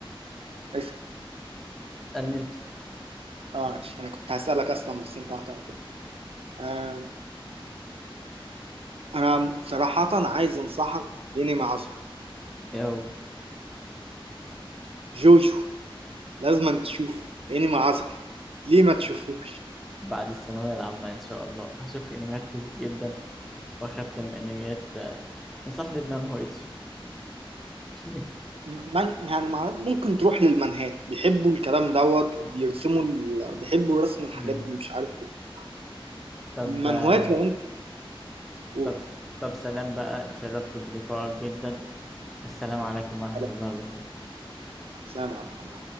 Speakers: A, on the right (about 85°); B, in the centre.
A: اسأل
B: اسألني انت
A: اه ماشي أنا كنت هسألك أصلا بس أنت هتعتمد آه أنا صراحة عايز أنصحك بإنمي عظمة
B: ايه هو
A: جوجو لازم تشوفه إنمي عظمة ليه ما تشوفوش
B: بعد الثانوية العامة إن شاء الله هشوف أنميات كتير جدا وأختم أنميات انصحني بمان هو إتش <laughs>
A: من يعني مع... ممكن تروح للمنهات بيحبوا الكلام دوت وبيرسموا ال... بيحبوا رسم الحاجات
B: امم
A: دي مش عارف ليه.
B: طب
A: المنهوات
B: آه،
A: لو أنت قول
B: طب طب سلام بقى اتشرفت بلقائك جدا السلام
A: ماشي.
B: عليكم ورحمة
A: سلام
B: الله وبركاته
A: سلام عليكم